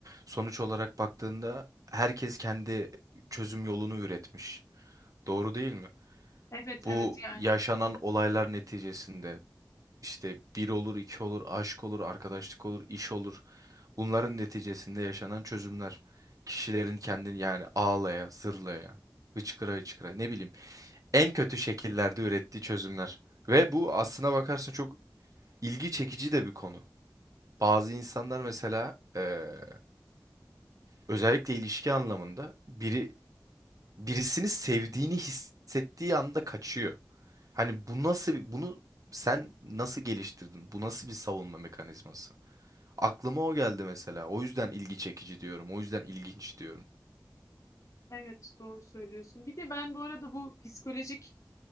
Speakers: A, on the right; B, on the left.
A: Sonuç olarak baktığında herkes kendi çözüm yolunu üretmiş. Doğru değil mi?
B: Evet
A: Bu
B: evet yani.
A: yaşanan olaylar neticesinde işte bir olur, iki olur, aşk olur, arkadaşlık olur, iş olur. Bunların neticesinde yaşanan çözümler. Kişilerin kendini yani ağlaya, zırlaya, hıçkıra hıçkıra ne bileyim en kötü şekillerde ürettiği çözümler. Ve bu aslına bakarsın çok ilgi çekici de bir konu. Bazı insanlar mesela eee, özellikle ilişki anlamında biri birisini sevdiğini hissettiği anda kaçıyor. Hani bu nasıl bir, bunu sen nasıl geliştirdin? Bu nasıl bir savunma mekanizması? Aklıma o geldi mesela. O yüzden ilgi çekici diyorum. O yüzden ilginç diyorum.
B: Evet doğru söylüyorsun. Bir de ben bu arada bu psikolojik